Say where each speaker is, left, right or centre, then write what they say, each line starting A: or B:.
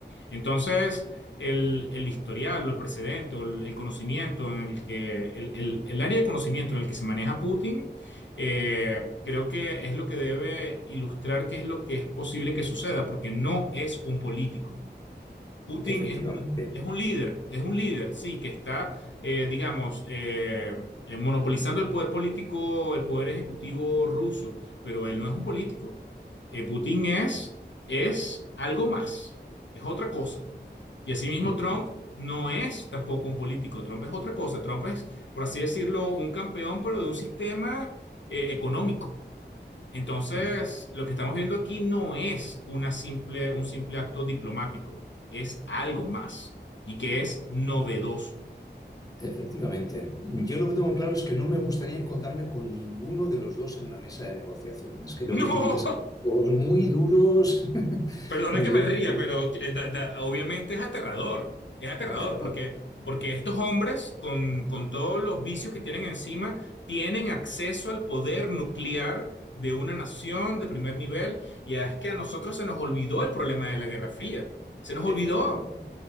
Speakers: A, on the left; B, on the left.
A: Entonces, el, el historial, o el precedente, o el, el conocimiento en el que, el, el- el área de conocimiento en el que se maneja Putin, eh, creo que es lo que debe ilustrar qué es lo que es posible que suceda, porque no es un político. Putin
B: Efectivamente.
A: es un, es un líder, es un líder, sí, que está, eh, digamos, eh, eh, monopolizando el poder político, el poder ejecutivo ruso, pero él no es un político. Eh, Putin es, es algo más, es otra cosa. Y asimismo
B: Mm.
A: Trump no es tampoco un político, Trump es otra cosa, Trump es, por así decirlo, un campeón, pero de un sistema, eh, económico. Entonces,
B: mm.
A: lo que estamos viendo aquí no es una simple, un simple acto diplomático, es algo más y que es novedoso. <laughs>
B: Efectivamente. Yo lo que tengo claro es que no me gustaría encontrarme con ninguno de los dos en una mesa de negociaciones. Creo
A: No,
B: que tienen que ser todos muy duros, <laughs>
A: perdona
B: muy
A: que me
B: duros,
A: ría,
B: muy
A: pero eh, da- da- obviamente es aterrador, es aterrador
B: aterrador.
A: porque, porque estos hombres con, con todos los vicios que tienen encima tienen acceso al poder nuclear de una nación de primer nivel y es que a nosotros se nos olvidó el problema de la Guerra Fría, se nos olvidó.
B: Efectivamente.